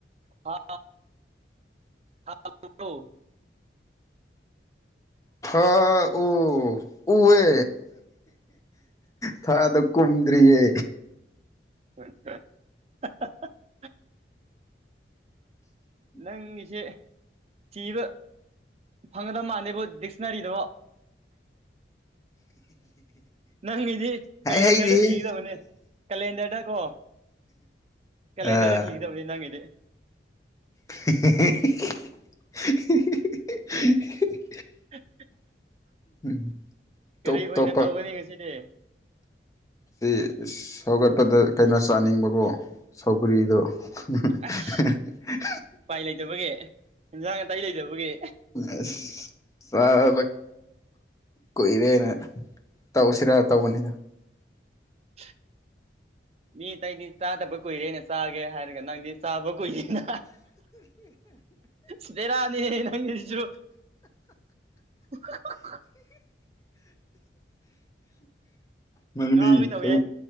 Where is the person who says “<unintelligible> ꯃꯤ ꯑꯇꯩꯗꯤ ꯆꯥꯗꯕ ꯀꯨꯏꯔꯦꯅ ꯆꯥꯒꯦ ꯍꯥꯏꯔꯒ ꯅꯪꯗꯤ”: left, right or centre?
Right